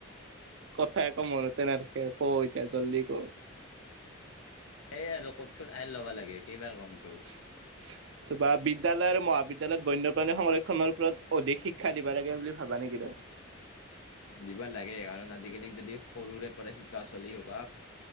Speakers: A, on the right; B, on the left.
A: কথা আকৌ মনতেই নাথাকে কওঁ এতিয়া জল্দি কওঁ।
B: সেইয়ে আৰু কঠোৰ আইন ল'বা লাগে কেইবাৰ কম তোক।
A: <unintelligible> ত' বা বিদ্যালয় আৰু মহাবিদ্যালয়ত বন্যপ্ৰাণী সংৰক্ষনৰৰ ওপৰত অধিক শিক্ষা দিবা লাগে বুলি ভাবা নেকি তই?
B: দিবা লাগে কাৰণ আজিকালি যদি সৰুৰে পৰা শিকা চলি সোপাক।